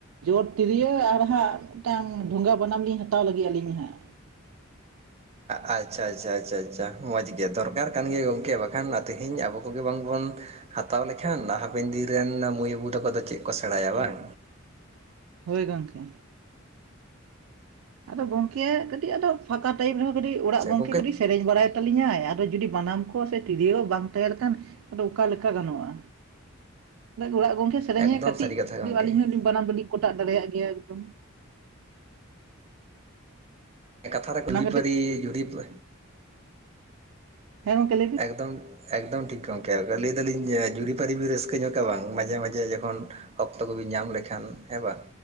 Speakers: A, on the right (about 85°); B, on the right (about 30°).
A: ᱡᱚᱴ ᱛᱤᱨᱭᱳ ᱟᱨ ᱦᱟᱸᱜ ᱢᱤᱫᱴᱟᱝ ᱰᱷᱚᱸᱜᱟ ᱵᱟᱱᱟᱢ ᱞᱤᱧ ᱦᱟᱛᱟᱣ ᱞᱟᱹᱜᱤᱫ ᱟᱹᱞᱤᱧ ᱦᱟᱸᱜ
B: ᱟᱪᱪᱷᱟ ᱟᱪᱪᱷᱟ ᱟᱪᱷᱟ ᱟᱪᱷᱟ ᱢᱚᱡᱽ ᱜᱮ ᱫᱚᱨᱠᱟᱨ ᱠᱟᱱ ᱜᱮ ᱜᱚᱢᱠᱮ ᱵᱟᱠᱷᱟᱱ ᱛᱮᱦᱤᱧ ᱟᱵᱚ ᱠᱚᱜᱮ ᱵᱟᱝᱵᱚᱱ ᱦᱟᱛᱟᱣ ᱞᱮᱠᱷᱟᱱ ᱦᱟᱯᱮᱱ ᱫᱤᱱ ᱨᱮᱱ ᱢᱟᱹᱭ ᱵᱟᱹᱵᱩ ᱛᱟᱠᱚ ᱫᱚ ᱪᱮᱫ ᱠᱚ ᱥᱮᱬᱟᱭᱟ ᱵᱟᱝ
A: ᱦᱳᱭ ᱜᱚᱢᱠᱮ ᱟᱫᱚ ᱜᱚᱝᱠᱮ ᱠᱟᱹᱴᱤᱡ ᱟᱫᱚ ᱯᱷᱟᱸᱠᱟ ᱴᱟᱭᱤᱢ ᱨᱮᱦᱚᱸ ᱠᱟᱹᱴᱤᱡ ᱚᱲᱟᱜ
B: ᱟᱪᱪᱷᱟ
A: ᱜᱚᱝᱠᱮ
B: ᱜᱚᱢᱠᱮ
A: ᱠᱟᱹᱴᱤᱡ ᱥᱮᱨᱮᱧ ᱵᱟᱲᱟᱭ ᱛᱟᱞᱤᱧᱟᱭ ᱟᱫᱚ ᱡᱩᱫᱤ ᱵᱟᱱᱟᱢ ᱠᱚ ᱥᱮ ᱛᱤᱨᱭᱳ ᱦᱚᱸ ᱵᱟᱝ ᱛᱟᱦᱮᱸ ᱞᱮᱱᱠᱷᱟᱱ ᱟᱫᱚ ᱚᱠᱟ ᱞᱮᱠᱟ ᱜᱟᱱᱚᱜᱼᱟ ᱚᱲᱟᱜ ᱜᱚᱝᱠᱮ ᱥᱮᱨᱮᱧᱟ
B: ᱮᱠᱫᱚᱢ
A: ᱠᱟᱹᱴᱤᱡ
B: ᱥᱟᱹᱨᱤ ᱠᱟᱛᱷᱟ ᱜᱚᱢᱠᱮ
A: ᱟᱹᱞᱤᱧ ᱦᱚᱸᱞᱤᱧ ᱵᱟᱱᱟᱢ ᱫᱚᱟᱹᱞᱤᱧ ᱠᱚᱴᱟᱜ ᱫᱟᱲᱮᱭᱟᱜ ᱜᱮᱭᱟ ᱮᱠᱫᱚᱢ
B: ᱠᱟᱛᱷᱟ ᱨᱮ
A: ᱚᱱᱟ
B: ᱡᱩᱨᱤ ᱯᱟᱹᱨᱤ ᱡᱩᱨᱤ ᱯᱟᱹ
A: ᱦᱮ ᱜᱚᱢᱠᱮ
B: ᱮᱠᱫᱚᱢ ᱮᱠᱫᱚᱢ ᱴᱷᱤᱠ ᱜᱚᱢᱠᱮ ᱞᱟᱹᱭ ᱮᱫᱟᱞᱤᱧ ᱡᱩᱨᱤ-ᱯᱟᱨᱤ ᱵᱤᱱ ᱨᱟᱹᱥᱠᱟᱹ ᱧᱚᱜᱼᱟ ᱵᱟᱝ ᱢᱟᱡᱷᱮ ᱢᱟᱡᱷᱮ ᱡᱚᱠᱷᱚᱱ ᱚᱠᱛᱚ ᱠᱚ ᱵᱤᱱ ᱧᱟᱢ ᱞᱮᱠᱷᱟᱱ ᱦᱮᱸ ᱵᱟᱝ